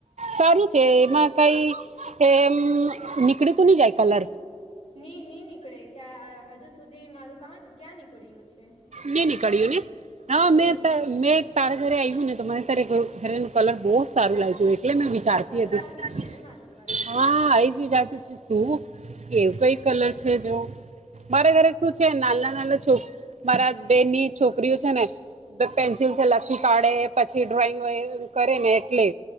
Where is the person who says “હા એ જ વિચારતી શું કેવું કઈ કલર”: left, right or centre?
Right